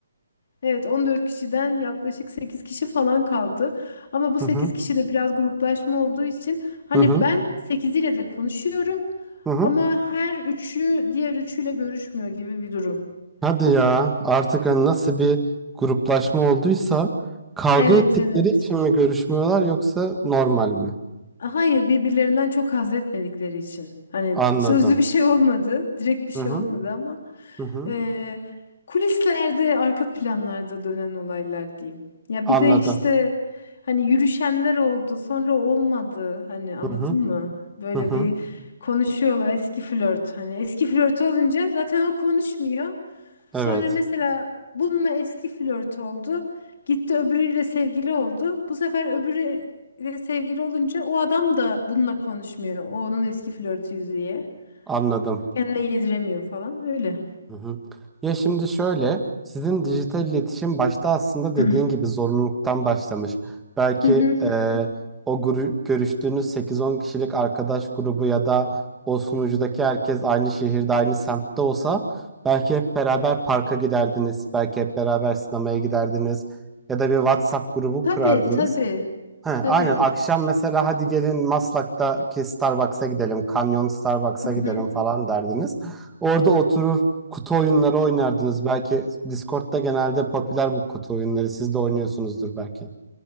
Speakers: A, on the left; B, in the centre.
A: Evet 14 kişiden yaklaşık 8 kişi falan kaldı. Ama bu
B: Hı
A: 8
B: hı.
A: kişi de biraz gruplaşma olduğu için hani
B: Hı hı.
A: ben 8 ile de konuşuyorum
B: Hı hı.
A: ama her üçü diğer üçüyle görüşmüyor gibi bir durum.
B: Hadi ya artık hani nasıl bir gruplaşma olduysa kavga
A: Evet
B: ettikleri
A: evet.
B: için mi görüşmüyorlar yoksa normal mi?
A: Hayır, birbirlerinden çok haz etmedikleri için. Hani
B: Anladım.
A: sözlü bir şey olmadı, direkt bir şey
B: Hı hı
A: olmadı ama
B: Hı hı.
A: eee, kulislerde, arka planlarda dönen olaylar diyeyim. Ya
B: Anladım.
A: bir de işte hani yürüşenler oldu, sonra olmadı. Hani anladın
B: Hı hı.
A: mı? Böyle
B: Hı hı.
A: bir konuşuyorlar eski flört. Hani eski flört olunca zaten o konuşmuyor. Sonra
B: Evet.
A: mesela bununla eski flört oldu. Gitti öbürüyle sevgili oldu. Bu sefer öbürüyle sevgili olunca o adam da bununla konuşmuyor. O onun eski flörtü diye,
B: Anladım.
A: Kendine yediremiyor falan öyle.
B: Hı hı. Ya şimdi şöyle, sizin dijital iletişim başta aslında
A: <clears throat>
B: dediğin gibi zorunluluktan başlamış. Belki
A: Hı hı
B: e,
A: hı hı.
B: o gru- görüştüğünüz sekiz on kişilik arkadaş grubu ya da o sunucudaki herkes aynı şehirde, aynı semtte olsa belki hep beraber parka giderdiniz, belki hep beraber sinemaya giderdiniz ya da bir WhatsApp grubu
A: Tabii
B: kurardınız.
A: tabii.
B: He, aynen
A: Tabii.
B: akşam mesela hadi gelin Maslak'taki Starbucks'a gidelim, Canyon Starbucks'a
A: Hı
B: gidelim
A: hı.
B: falan derdiniz. Orada oturur kutu oyunları oynardınız. Belki Discord'da genelde popüler bu kutu oyunları. Siz de oynuyorsunuzdur belki.